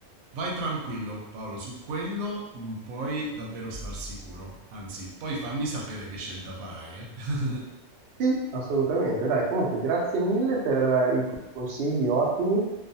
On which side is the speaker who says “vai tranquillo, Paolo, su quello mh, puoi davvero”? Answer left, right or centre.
Right